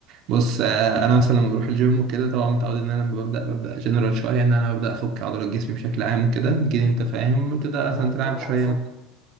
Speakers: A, on the right; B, on the left.
A: بص آه، انا مثلا لما بروح الجيم وكده طبعا متعود ان انا لما ببدا ببدا جنرال شويه ان انا ببدا افك عضلات جسمي بشكل عام وكده اكيد انت فاهم بتبدا مثلا
B: آه
A: تلعب
B: طبعا
A: شويه
B: صح